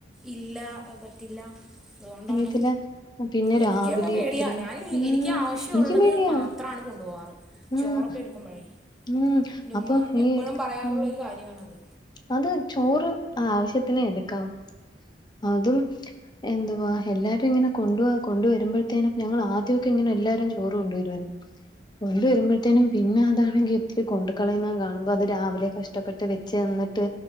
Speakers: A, in the centre; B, on the left.
A: ഇല്ല പറ്റില്ല അതുകൊണ്ടാണ്
B: അറിയത്തില്ല പിന്നെ
A: എനിക്കൊക്കെ
B: രാവിലെ
A: പേടിയായി
B: ഇത്രയും
A: ഞാന്
B: ഉം
A: എനിക്ക് ആവശ്യ
B: എനിക്കും
A: ഉള്ളത്
B: പേടിയാ
A: മാത്രാണ് കൊണ്ടു പോവാറ്
B: ഉം
A: ചോറൊക്കെ എടുക്കുമ്പഴേ
B: ഉം
A: ന്റെ
B: അപ്പൊ
A: ഉമ്മ എപ്പഴും
B: ഈ
A: പറയാറുള്ള
B: ഉം
A: ഒരു കാര്യാണ് അത്
B: അത് ചോറ് ആവശ്യത്തിനെ എടുക്കാവു അതും എന്തുവാ എല്ലാരും ഇങ്ങനെ കൊണ്ടുവ കൊണ്ടുവരുമ്പഴ്ത്തേനും ഞങ്ങൾ ആദ്യ ഒക്കെ ഇങ്ങനെ എല്ലാരും ചോറ് കൊണ്ടുവരുവായിരുന്ന് കൊണ്ട് വരുമ്പഴ്ത്തേനും പിന്നെ അതാണങ്കി ഒത്തിരി കൊണ്ട് കളയുന്നത് കാണുമ്പം അത് രാവിലെ കഷ്ടപ്പെട്ട് വെച്ച്തന്നിട്ട്